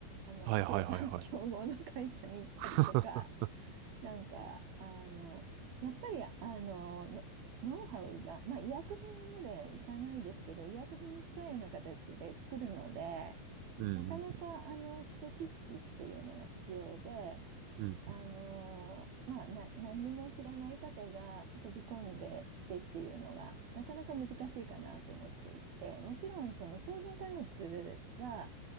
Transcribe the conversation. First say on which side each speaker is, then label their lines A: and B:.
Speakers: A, on the right; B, on the right.
A: ん。あの、
B: はいはいはいはい。
A: 競、<laughs> 競合の会社に行ったりとか、
B: <laughs>
A: なんか、あの、やっぱり、あの、のノウハウが、まあ、医薬品までいかないですけど、医薬品に近いような形で作るので、
B: うん、
A: なかなか、あの、基礎知識っていうのが必要で、
B: うん、
A: あのーまあ、な、何にも知らない方が飛び込んできてっていうのがなかなか難しいかなと思っていて、もちろんその商品開発は、